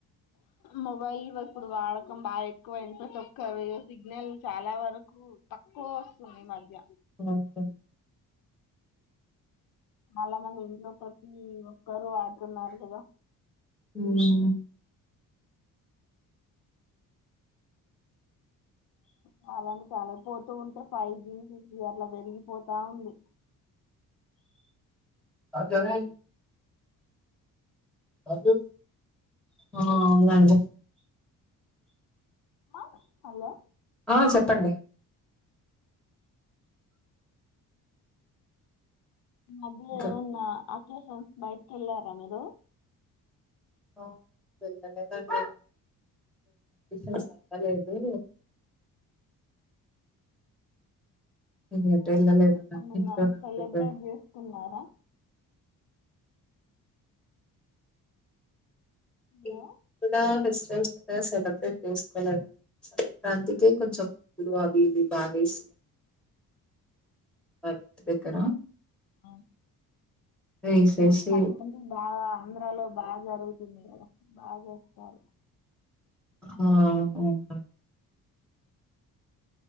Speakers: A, on the left; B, in the centre.
A: మొబైల్ ఇప్పుడు వాడకం బాగ ఎక్కువైంది ప్రతి ఒక్కరు సిగ్నల్ చాలా వర్ రకు తక్కువ వస్తుంది ఈ మధ్య
B: హ్మ్. హ్మ్.
A: చాలా మంది ఇంట్లో ప్రతి ఒక్కరు వాడుతున్నారు కదా
B: హ్మ్.
A: చాలా <unintelligible> పోతూ ఉంటే ఫైవ్ జి సిక్స్ జి అట్లా పెరిగిపోతా ఉంది
B: ఆ! ఆ అవునండి
A: ఆ హలో
B: ఆ చెప్పండి
A: ఈ మద్యలో
B: ఇంకా
A: ఏమన్నా అకెషన్సకి బయట్కేళ్ళారా మీరు
B: ఆ వెళ్లలేదండి <unintelligible> అవ్వలేదు నేను ఎటు
A: ఆహా
B: వెళ్ళలేదు
A: ఏమ్మన్నా
B: ఇంట్లోనే
A: సెలబ్రేట్
B: ఉండిపోయాను
A: చేసుకున్నారా హలో
B: ఎం కూడ ఫెస్టివేల్స్ సెలబ్రేట్ చేసుకోలే సంక్రాంతికే కొంచెం ముగ్గులు అవి ఇవి బాగేసి మా ఇంటి దగ్గర
A: ఆ,
B: వేసేసి
A: ఆ సంక్రాంతి కి బాగా ఆంధ్రాలో బాగ జరుగుతుంది కదా బాగా చేస్తారు
B: ఆ <unintelligible>